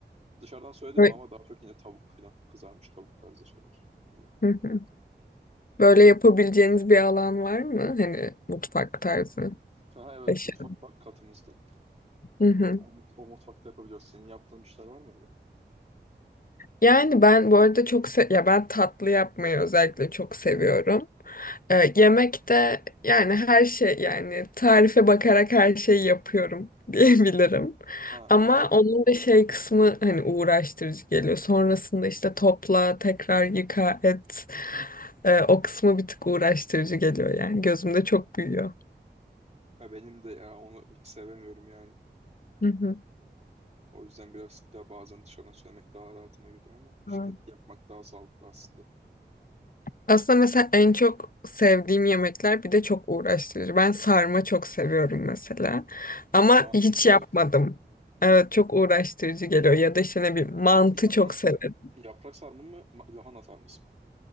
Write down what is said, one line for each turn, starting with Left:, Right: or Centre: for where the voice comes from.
Right: Dışarıdan söyledim
Left: Bö-
Right: mi ama daha çok yine tavuk falan kızarmış tavuk tarzı şeyler oluyor
Left: hı
Right: diyor.
Left: hı. Böyle yapabileceğiniz bir alan var mı? Hani mutfak tarzı.
Right: Ha evet
Left: Eşya.
Right: mutfak var katımızda.
Left: Hı hı.
Right: O, o, mut- o mutfakta yapabiliyoruz. Senin yaptığın işler var mı öyle?
Left: Yani ben bu arada çok se ya ben tatlı yapmayı özellikle çok seviyorum. Ee, yemekte yani her şey yani tarife bakarak her şeyi yapıyorum <laughs> diyebilirim.
Right: Ha
Left: Ama
Right: ne güzel.
Left: onun da şey kısmı hani uğraştırıcı geliyor. Sonrasında işte topla, tekrar yıka, et. Ee, o kısmı bir tık uğraştırıcı geliyor yani. Gözümde çok büyüyor.
Right: Ya benim de ya onu hiç sevemiyorum yani.
Left: Hı
Right: O yüzden biraz daha bazen dışarıdan söylemek daha rahatıma geliyor ama işte
Left: hı.
Right: yapmak daha sağlıklı aslında.
Left: Aslında mesela en çok sevdiğim yemekler bir de çok uğraştırıcı. Ben sarma çok seviyorum mesela. Ama
Right: Aa
Left: hiç
Right: ne güzel.
Left: yapmadım. Evet çok uğraştırıcı geliyor. Ya da işte ne bileyim mantı
Right: Yaprak,
Left: çok severim.
Right: yaprak sarma mı, ma- lahana sarması mı?